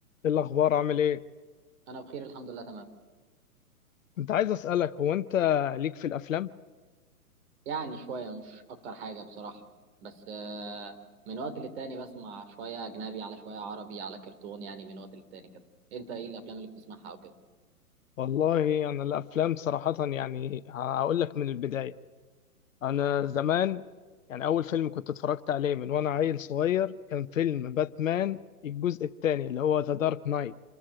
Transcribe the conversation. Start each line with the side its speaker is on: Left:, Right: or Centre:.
Left: ايه الاخبار عامل ايه
Right: انا بخير الحمد لله تمام
Left: كنت عايز اسالك هو انت ليك في الافلام
Right: يعني شويه مش اكتر حاجه بصراحه بس آه، من وقت للتاني بسمع شويه اجنبي على شويه عربي على كرتون يعني من وقت للتاني كده انت ايه الافلام اللي بتسمعها او كده
Left: والله انا الافلام صراحه يعني هقول لك من البدايه انا زمان يعني اول فيلم كنت اتفرجت عليه من وانا عيل صغير كان فيلم باتمان الجزء الثاني اللي هو ذا دارك نايت